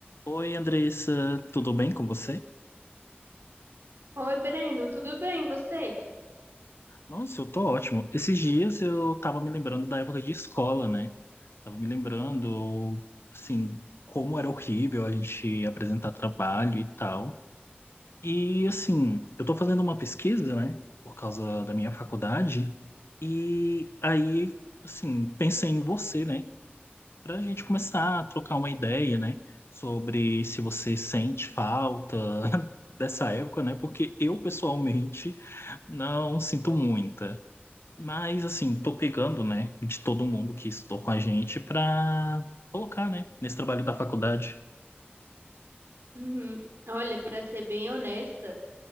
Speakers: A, on the left; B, on the right.
A: Oi, Andressa, tudo bem com você?
B: Oi, Brendo, tudo bem? E você?
A: Nossa, eu tô ótimo. Esses dias eu tava me lembrando da época de escola, né? Tava me lembrando, assim, como era horrível a gente apresentar trabalho e tal. E, assim, eu tô fazendo uma pesquisa, né, por causa da minha faculdade, e aí, assim, pensei em você, né? para a gente começar a trocar uma ideia, né, sobre se você sente falta <laughs> dessa época, né, porque eu pessoalmente não sinto muita. Mas assim, tô pegando, né, de todo mundo que estou com a gente para colocar, né, nesse trabalho da faculdade.
B: Uhum. Olha, pra ser bem honesta,